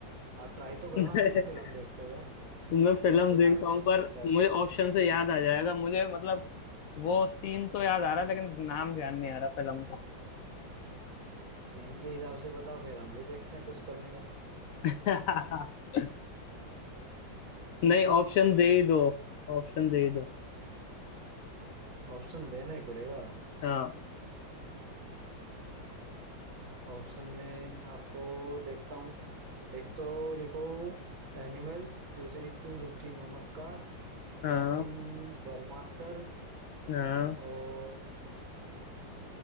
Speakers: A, on the right; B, on the left.
A: आप ट्राई तो करो
B: कोई
A: ना आप भी तो फिल्म
B: <laughs>
A: देखते हो यार
B: मैं फिल्म
A: ये तो
B: देखता
A: लास्ट टेस्ट
B: हूँ पर
A: पूछा है
B: मुझे ऑप्शन से याद आ जाएगा मुझे मतलब वो सीन तो याद आ रहा है लेकिन नाम ध्यान नहीं आ रहा फिल्म
A: सीन के हिसाब से बताओ फिर हम भी देखते हैं कुछ करने का
B: का <laughs> नहीं ऑप्शन दे ही दो ऑप्शन दे ही दो
A: ऑप्शन देना ही पड़ेगा
B: हाँ
A: ऑप्शन में आपको देखता हूँ एक तो लिखो एनिमल दूसरी तू झूठी मैं मक्कार
B: हाँ
A: तीसरी बर्मास्तर
B: हाँ
A: और